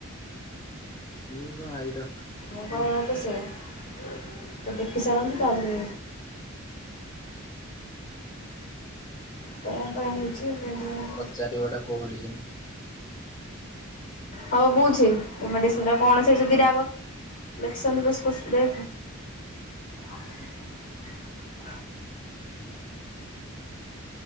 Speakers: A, on the left (about 20°); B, on the left (about 40°).
A: ଠିକ ଆଇ ଡକ୍ଟର। ଦେଖିବେ
B: ମ କଣ ତ ସେଇଆ ଦେଖି ସାରନ୍ତୁ ତାପରେ କଣ ପାଇଁ ହଉଛି କେଜାଣି।
A: ପଚାରିବା ଟା କଉଠି?
B: ହଉ ବହୁଛି ମେଡ଼ିସିନ ଟା କଣ ସେ ଯଦିଟାକ ଲେଖିଛନ୍ତି ବେଶ ଦେ ଆ। <inaudible>